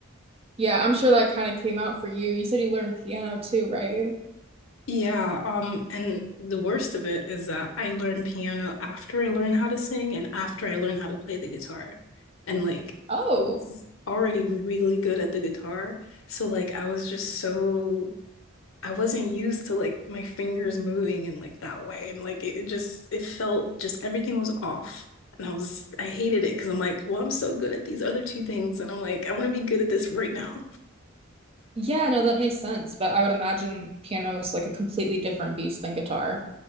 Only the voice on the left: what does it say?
Yeah, um, and the worst of it is that I learned piano after I learned how to sing and after I learned how to play the guitar. And like
I was already really good at the guitar. So like I was just so I wasn't used to like my fingers moving in like that way. And like it, it just it felt just everything was off. And I was I hated it because I'm like, well, I'm so good at these other two things, and I'm like, I want to be good at this right now.